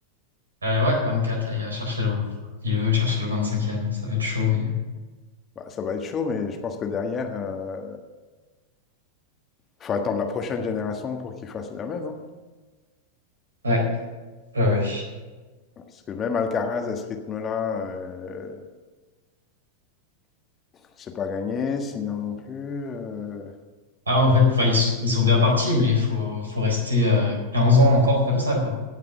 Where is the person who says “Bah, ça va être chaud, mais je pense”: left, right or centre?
Left